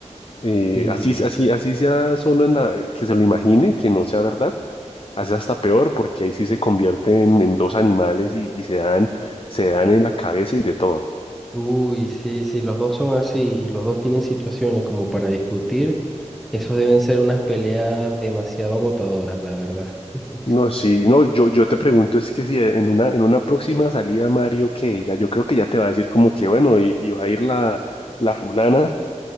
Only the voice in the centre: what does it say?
Sí,
uy, sí, sí, los dos son así y los dos tienen situaciones como para discutir, esos deben ser unas peleas demasiado agotadoras, la verdad. <laughs>